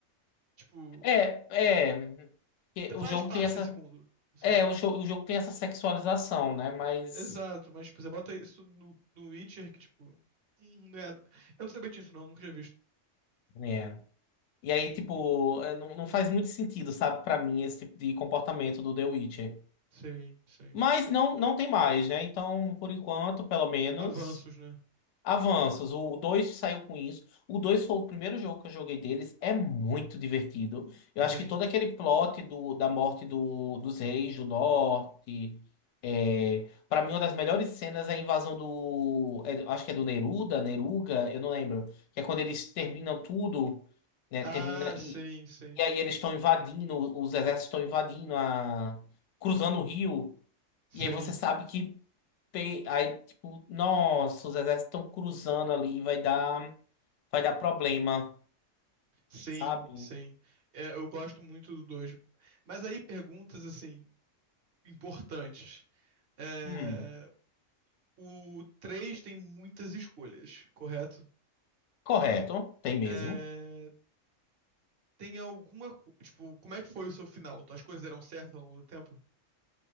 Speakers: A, on the right; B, on the left.
A: Tipo,
B: É, é, que
A: t-
B: o
A: faz
B: jogo
A: parte
B: tem essa,
A: desse mundo, sabe?
B: é, o, jo- o jogo tem essa sexualização, né? Mas
A: Exato, mas tipo, você bota isso no, no Witcher que, tipo. hum, né? Eu não sabia disso, não, nunca tinha visto.
B: é. E aí, tipo, é, não, não faz muito sentido, sabe, pra mim esse tipo de comportamento do The Witcher.
A: Sim, sim.
B: Mas não, não tem mais, né? Então, por enquanto, pelo menos
A: Avanços, né?
B: Avanços, o 2 saiu com isso. O 2 foi o primeiro jogo que eu joguei deles. É muito divertido. Eu
A: Sim.
B: acho que todo aquele plot do, da morte do, dos reis do norte. É, para mim, uma das melhores cenas é a invasão do. é, acho que é do Neruda, Neruga, eu não lembro. Que é quando eles terminam tudo, né?
A: Ah,
B: Termina,
A: sim,
B: e,
A: sim.
B: e aí eles estão invadindo, os exércitos estão invadindo a. cruzando o rio.
A: Sim,
B: E aí você sabe que pe- Aí, tipo, nossa, os exércitos estão cruzando ali, vai dar, vai dar problema,
A: sim,
B: sabe?
A: sim. É, eu gosto muito do dois. Mas aí perguntas assim, importantes. É,
B: Hum,
A: o 3 tem muitas escolhas, correto?
B: correto, tem mesmo.
A: É, tem alguma. co- Tipo, como é que foi o seu final? As coisas deram certo ao longo do tempo?